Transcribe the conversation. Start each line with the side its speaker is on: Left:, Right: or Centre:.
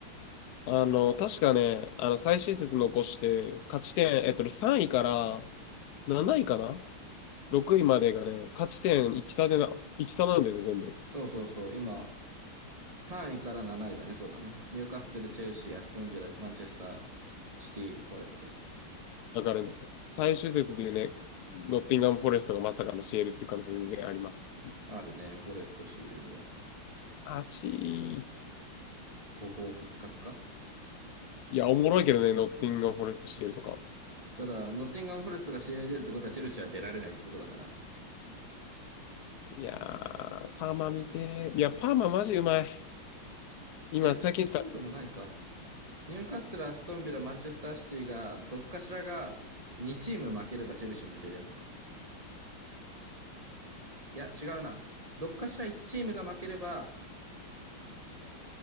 Left: あの、確かね、あの、最終節残して、勝ち点、えっと、3位から7位かな ?6 位までがね、勝ち点1差でな、1差なんだよね、全部。
Right: そうそうそう。今、3位から7位だね。そうだね。ニューカッスル、チェルシー、アストンビラ、マンチェスター、シティ、フォレスト。
Left: だから、最終節でね、ノッティンガム・フォレストがまさかのシエルっていう可能性全然あります。
Right: あるね。フォレスト CL は。
Left: あちー。
Right: 古豪復活か
Left: いや、おもろいけどね、ノッティンガム・フォレスト、シエルとか。
Right: ただ、ノッティンガム・フォレストが試合に出るってことは、チェルシーは出られないってことだから。
Left: いやー、パーマ見てー。いや、パーママジうまい。今、
Right: いや、
Left: 最近した。
Right: そうでもないか。ニューカッスル、アストンビラ、マンチェスターシティが、どっかしらが2チーム負ければチェルシーも出れるのか。いや、違うな。どっかしら1チームが負ければ、